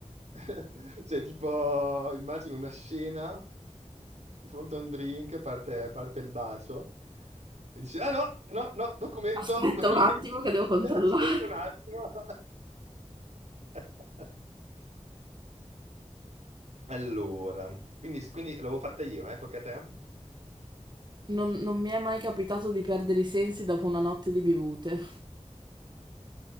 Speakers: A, on the right; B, on the right.
A: <laughs> Cioè, tipo, immagino una scena di fronte a un drink, parte, parte il bacio e dici, ah no, no, no, documento,
B: Aspetta
A: documento.
B: un attimo che devo
A: <laughs>
B: controllare.
A: Aspetta un attimo. <laughs> Allora, quindi, quindi l'avevo fatta io, eh? Tocca a te?
B: Non, non mi è mai capitato di perdere i sensi dopo una notte di bevute.